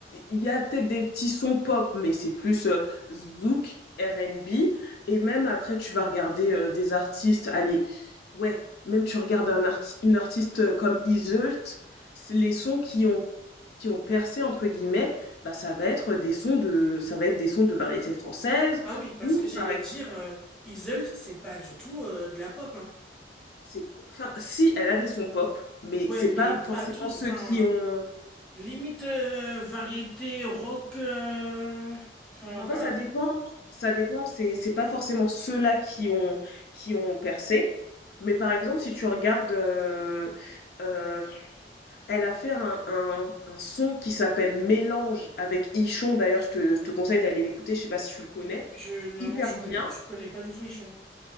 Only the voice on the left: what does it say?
il y a peut-être des petits sons pop, mais c'est plus euh, zouk, R&B. Et même après, tu vas regarder euh, des artistes. Allez, ouais, même tu regardes un arti- une artiste euh, comme Izzult, c'est les sons qui ont qui ont percé entre guillemets, bah ça va être des sons de ça va être des sons de variété française
ou
pareil,
c'est enfin si elle a des sons pop, mais
c'est
pas
forcément
ceux
qui ont
Mais
En fait, ça dépend. Ça dépend. C'est, c'est pas forcément ceux-là qui ont, qui ont percé. Mais par exemple, si tu regardes, euh, euh, elle a fait un, un, un son qui s'appelle Mélange avec Ichon. D'ailleurs, je te, je te conseille d'aller l'écouter. Je sais pas si tu le connais.
Hyper
bien.